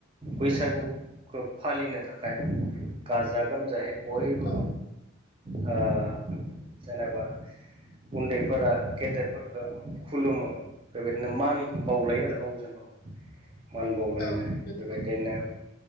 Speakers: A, on the right; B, on the left.
A: बैसागुखौ फालिनो थाखाय गाजा गोमजाहे बयबो
B: औ
A: हा जेनेबा उन्दैफोरा गेदेरफोरखो खुलुमो बेबायदिनो मान बावलायो आरो गावजों गाव मान बावलायनाय
B: औ नंगौ
A: बेबायदिनो